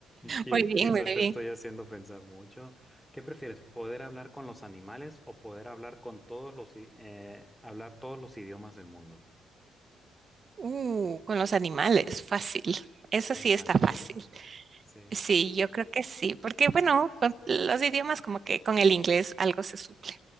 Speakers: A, in the centre; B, on the right (about 40°).
A: y
B: Muy bien,
A: quizá
B: muy bien.
A: te estoy haciendo pensar mucho. ¿Qué prefieres, poder hablar con los animales o poder hablar con todos los, i- eh, hablar todos los idiomas del mundo?
B: Uh, con los animales, fácil. Eso
A: Con
B: sí
A: los
B: está
A: animales.
B: fácil.
A: Sí,
B: Sí, yo creo que sí, porque bueno, con los idiomas como que con el inglés algo se suple,